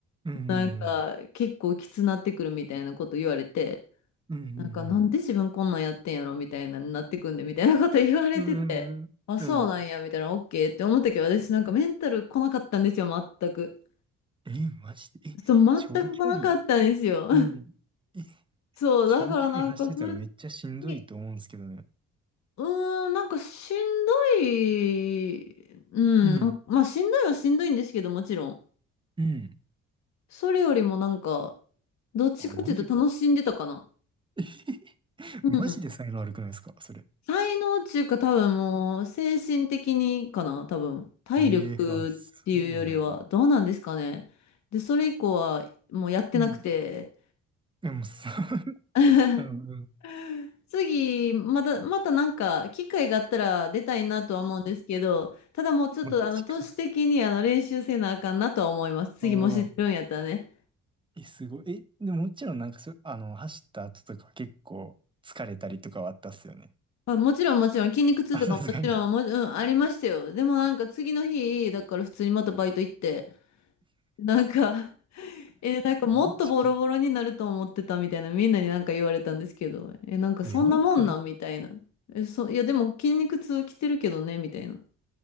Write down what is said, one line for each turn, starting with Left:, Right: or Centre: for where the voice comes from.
Right: うんう
Left: なんか結構きつなってくるみたいなこと言われて、
Right: んうん。うんうんうん。
Left: なんかなんで自分こんなんやってんやろみたいなになってくんでみたいなこと言われてて、
Right: うんうんうん
Left: あ、そうなんやみたいな、オッケーって思ったけど、私なんかメンタル来なかったんですよ、全く。
Right: え、マジで。え、
Left: そう、
Right: 長距離、
Left: 全く来なかったんですよ。<laughs>
Right: うん。え、
Left: そう、
Right: 長距離走ってたらめっちゃしんどいと思うんですけどね。
Left: だからなんか普通に、うーん、なんかしんどい、うん、
Right: うん。
Left: なんまあしんどいはしんどいんですけど、もちろん。
Right: うん
Left: それよりもなんか、どっちかっていうと楽しんでたかな。
Right: あ、マジか。え <laughs>
Left: うん
Right: マジで才能悪くないですかそれ。
Left: 才能っていうか多分もう精神的にかな多分体力っていうよりはどうなんですかねでそれ以降はもうやってなくて
Right: ええあ、そうなのうん。でもさ、<laughs>
Left: <laughs>
Right: うん
Left: 次またまたなんか機会があったら出たいなとは思うんですけどただもうちょっとあの都市的にあの練習せなあかんなとは思います次もし出るんやったらね
Right: マジか。ああ。え、すごい。え、でももちろんなんかそ、あの、走った後とかは結構疲れたりとかはあったっすよね。
Left: まあ、もちろんもちろん筋肉痛とかもちろんも、
Right: <laughs> あ、さすがに。
Left: うん、ありましたよでもなんか次の日だから普通にまたバイト行ってなんかえーなんかもっとボロボロになると思ってたみたいな、
Right: マジか。ん
Left: みんなになんか言われたんですけど、え、なんかそんなもんなんみたいな。
Right: やばくな
Left: え、そ、いやでも筋肉痛来てるけどね、みたいな。